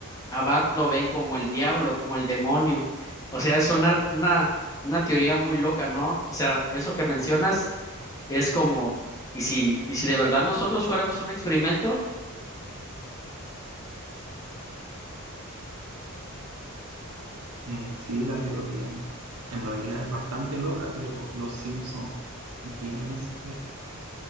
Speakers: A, on the left; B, on the right.
A: A Bart lo ven como el diablo, como el demonio. O sea, es una, una, una teoría muy loca, ¿no? O sea, eso que mencionas es como, y si, y si de verdad nosotros fuéramos un experimento,
B: Eh, sí, la teoría en realidad es bastante loca, pero los Simpsons tienen ese,